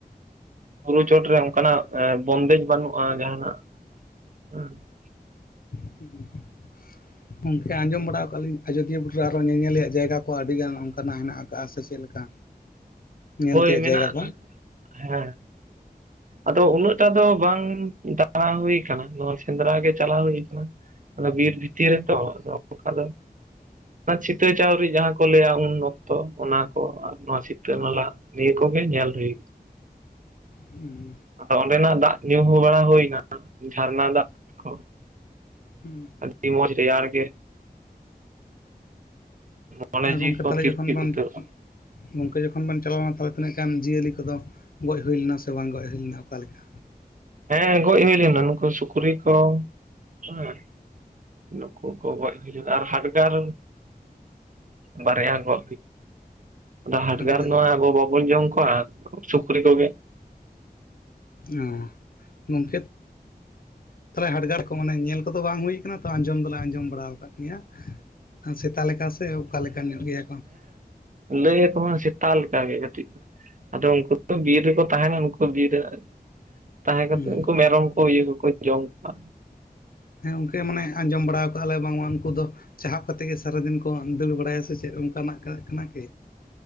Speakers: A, on the right; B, on the left.
A: ᱵᱩᱨᱩ ᱪᱚᱴᱨᱮ ᱚᱱᱠᱟᱱᱟᱜ ᱵᱚᱱᱫᱮᱡᱽ ᱵᱟᱹᱱᱩᱜᱼᱟ ᱡᱟᱦᱟᱱᱟᱜ ᱦᱸ <unintelligible>
B: ᱦᱩᱸ <inaudible> ᱜᱚᱢᱠᱮ ᱟᱸᱡᱚᱢ ᱵᱟᱲᱟ ᱠᱟᱜ ᱞᱤᱧ ᱟᱡᱚᱫᱤᱭᱟᱹ ᱵᱩᱨᱩ ᱨᱮ ᱟᱨᱚ ᱧᱮᱧᱮᱞᱟᱜ ᱡᱟᱭᱜᱟ ᱠᱚ ᱟᱹᱰᱤ ᱜᱟᱱ ᱚᱱᱠᱟᱱᱟᱜ ᱦᱮᱱᱟᱜ ᱚᱠᱟ ᱥᱮ ᱪᱮᱫ ᱞᱮᱠᱟ? ᱧᱮᱞ
A: ᱦᱳᱭ
B: ᱛᱮᱭᱟᱜ
A: ᱢᱮᱱᱟᱜ
B: ᱡᱟᱭᱜᱟ
A: ᱟᱠᱟᱫᱟ᱾ᱦᱮᱸ,
B: ᱠᱚ
A: ᱟᱫᱚ ᱩᱱᱟᱹᱜᱴᱟ ᱫᱚ ᱵᱟᱝ ᱫᱟᱬᱟ ᱦᱩᱭ ᱟᱠᱟᱱᱟ ᱱᱚᱣᱟ <unintelligible> ᱥᱮᱸᱫᱽᱨᱟ ᱜᱮ ᱪᱟᱞᱟᱣ ᱦᱩᱭ ᱠᱟᱱᱟ ᱾ᱟᱫᱚ ᱵᱤᱨ ᱵᱷᱤᱛᱤᱨ ᱨᱮ ᱛᱚ ᱚᱱᱠᱟ ᱫᱚ ᱚᱱᱟ ᱥᱤᱛᱟᱹ ᱪᱟᱣᱨᱤᱡ ᱡᱟᱦᱟᱸ ᱠᱚ ᱞᱟᱹᱭᱟ ᱩᱱ ᱚᱠᱛᱚ ᱚᱱᱟ ᱠᱚ ᱟᱨ ᱱᱚᱣᱟ ᱥᱤᱛᱟᱹ ᱱᱟᱞᱟ ᱱᱤᱭᱟᱹ ᱠᱚᱜᱮ ᱧᱮᱞ ᱦᱩᱭ
B: ᱦᱮᱸ <unintelligible>
A: ᱟᱫᱚ ᱚᱸᱰᱮᱱᱟᱜ ᱫᱟᱜ ᱧᱩ ᱦᱚᱸ ᱵᱟᱲᱟ ᱦᱩᱭᱱᱟ ᱡᱷᱟᱨᱱᱟ ᱫᱟᱜ ᱠᱚ
B: ᱦᱩᱸ,
A: ᱟᱹᱰᱤ ᱢᱚᱸᱡᱽ ᱨᱮᱭᱟᱲ ᱜᱮ᱾ ᱢᱚᱱᱮ
B: ᱟᱨ
A: ᱡᱤᱣᱤ
B: ᱜᱚᱝᱠᱮ
A: ᱠᱚ
B: ᱛᱟᱦᱚᱞᱮ
A: ᱛᱤᱨᱯᱤᱫ
B: ᱡᱚᱠᱷᱚᱱ ᱵᱚᱱ
A: ᱩᱛᱟᱹᱨᱚᱜᱼᱟ
B: ᱜᱚᱝᱠᱮ ᱡᱚᱠᱷᱚᱱ ᱵᱚᱱ ᱪᱟᱞᱟᱣᱱᱟ ᱛᱟᱦᱚᱞᱮ ᱛᱤᱱᱟᱹᱜ ᱜᱟᱱ ᱡᱤᱭᱟᱹᱞᱤ ᱠᱚᱫᱚ ᱜᱚᱡ ᱦᱩᱭ ᱞᱮᱱᱟ ᱥᱮ ᱵᱟᱝ ᱜᱚᱡ ᱦᱩᱭ ᱞᱮᱱᱟ ᱚᱠᱟ ᱞᱮᱠᱟ?
A: ᱦᱮᱸ, ᱜᱚᱡ ᱦᱩᱭ ᱞᱮᱱᱟ ᱱᱩᱠᱩ ᱥᱩᱠᱨᱤ ᱠᱚ ᱦᱮᱸ, ᱱᱩᱠᱩ ᱠᱚ ᱜᱚᱡ ᱦᱩᱭ ᱞᱮᱱᱟ ᱟᱨ ᱦᱟᱰᱜᱟᱨ ᱵᱟᱨᱭᱟ ᱜᱚ ᱟᱫᱚ ᱦᱟᱰᱜᱟᱨ
B: ᱟᱹᱰᱤ ᱜᱟᱱ
A: ᱢᱟ ᱟᱵᱚ ᱵᱟᱵᱚᱱ ᱡᱚᱢ ᱠᱚᱣᱟ ᱥᱩᱠᱨᱤ ᱠᱚᱜᱮ᱾
B: ᱚ ᱜᱚᱝᱠᱮ <unintelligible> ᱛᱟᱦᱮᱸ ᱦᱟᱰᱜᱟᱨ ᱠᱚ ᱢᱟᱱᱮ ᱧᱮᱞ ᱠᱚᱫᱚ ᱵᱟᱝ ᱦᱩᱭ ᱠᱟᱱᱟ ᱛᱚ ᱟᱸᱡᱚᱢ ᱫᱚᱞᱮ ᱟᱸᱡᱚᱢ ᱵᱟᱲᱟ ᱟᱠᱟᱫ ᱜᱮᱭᱟ᱾ ᱥᱮᱛᱟ ᱞᱮᱠᱟ ᱥᱮ ᱚᱠᱟ ᱞᱮᱠᱟ ᱧᱚᱜ ᱜᱮᱭᱟ ᱠᱚ
A: ᱞᱟᱹᱭ ᱟᱠᱚ ᱦᱟᱜ ᱥᱮᱛᱟ ᱞᱮᱠᱟ ᱜᱮ ᱠᱟᱹᱴᱤᱡ ᱟᱫᱚ ᱩᱱᱠᱩ ᱵᱤᱨ ᱨᱮᱠᱚ ᱛᱟᱦᱮᱱᱟ ᱱᱩᱠᱩ ᱵᱤᱨ ᱨᱮ ᱛᱟᱦᱮᱸ ᱠᱟᱛᱮᱫ
B: ᱦᱩᱸ
A: ᱩᱱᱠᱩ ᱢᱮᱨᱚᱢ ᱠᱚ ᱤᱭᱟᱹ ᱠᱚᱠᱚ ᱡᱚᱢ ᱠᱚᱣᱟ
B: ᱦᱮᱸ ᱜᱚᱝᱱᱠᱮ ᱢᱟᱱᱮ ᱟᱸᱡᱚᱢ ᱵᱟᱲᱟ ᱠᱟᱜ ᱟᱞᱮ ᱵᱟᱝᱢᱟ ᱩᱱᱠᱩ ᱫᱚ ᱪᱟᱦᱟᱯ ᱠᱟᱛᱮ ᱜᱮ ᱥᱟᱨᱟᱫᱤᱱ ᱠᱚ ᱫᱟᱹᱲ ᱵᱟᱲᱟᱭᱟ ᱥᱮ ᱪᱮᱫ ᱚᱱᱠᱟᱱᱟᱜ ᱠᱟᱱᱟ ᱠᱤ